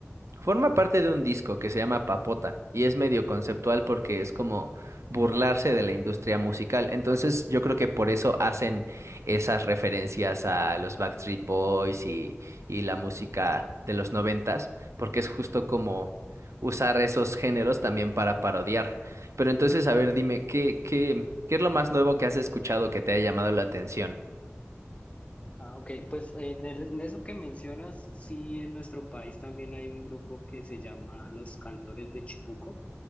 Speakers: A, on the right; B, on the left.
A: Forma parte de un disco que se llama Papota y es medio conceptual porque es como burlarse de la industria musical. Entonces yo creo que por eso hacen esas referencias a los Backstreet Boys y, y la música de los noventas, porque es justo como usar esos géneros también para parodiar. Pero entonces, a ver, dime, ¿qué, qué, qué es lo más nuevo que has escuchado que te haya llamado la atención?
B: Ah, ok, pues en, el- en eso que mencionas, sí, en nuestro país también hay un grupo que se llama Los Cantores de Chipuco.